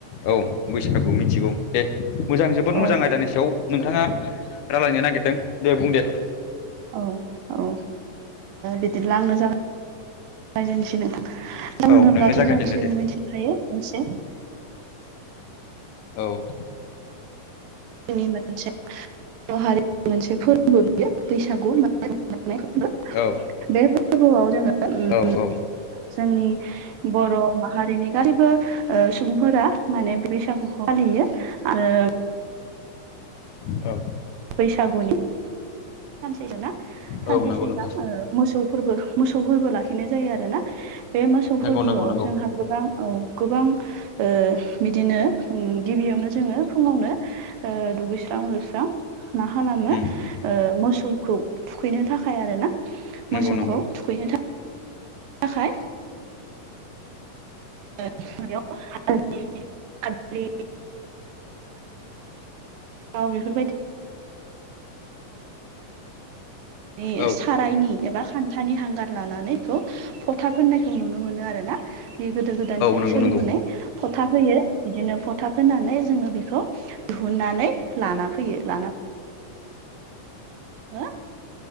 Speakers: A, on the left (about 75°); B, on the right (about 85°).
A: औ बैसागु मिथिगौ। दे मोजां जोबोद
B: औ
A: मोजां आयदानि सायाव नोंथांङा रायलायनो नागिरदों दे बुं दे।
B: औ औ ओ बिदिब्ला आंनो जागाय जायजेनसै नोंथां सौ
A: औ
B: होनोब्लाथ'
A: नोंनो जागायजेनदो
B: जों सेबो
A: दे
B: मिथिखायो मोनसे
A: औ
B: नि मोनसे बर' हारि मोनसे फोरबो बियो बैसागु मान रजानाय फोरबो
A: औ
B: बे फोरबोआव जोङो उम
A: औ औ
B: जोंनि बर' माहारिनि गासैबो ओ सुबुंफोरा माने बैसागुखौ फालियो। आरो
A: औ
B: बैसागुनि सानसे जों ना सानसे
A: औ नंगौ
B: सिगां
A: नोंथां
B: मोसौफोरबो मोसौ फोरबो लाखिनाय जायो आरोना। बे मोसौ
A: नंगौ
B: फोरबोआव
A: नंगौ नंगौ।
B: जोंहा गोबां औ गोबां ओ बिदिनो गिबियावनो जोंङो फुंङावनो ओ दुगैस्रां जुस्रां मा खालामो
A: उम उम
B: ओ मोसौखौ थुखैनो थाखाय आरो ना
A: नंगौ
B: मोसौखौ
A: नंगौ
B: थुखैनो थाखाय <unintelligible> याव बेफोरबायदि नि
A: औ
B: सारायनि एबा खान्थानि हांगार लानानै खौ फथा फोननायखौ नुनो मोनो आरोना बे गोदो गोदायनिफ्रायनो
A: नंगौ
B: सोलिबोनाय
A: नंगौ
B: फथाब होयो बिदिनो फथाब फोननानै जोंङो बेखौ दिहुननानै लाना फैयो लाना हो